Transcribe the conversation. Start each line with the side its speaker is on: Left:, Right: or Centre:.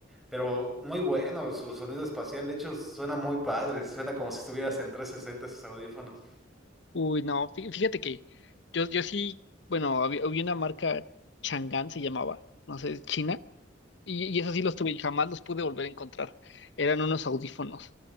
Centre: pero muy bueno su sonido espacial, de hecho suena muy padre, suena como si estuvieras en 360 esos audífonos.
Left: Uy, no, fí- fíjate que yo, yo sí, bueno, había, había una marca Chang'an se llamaba, no sé, es China, y, y esos sí los tuve y jamás los pude volver a encontrar. Eran unos audífonos,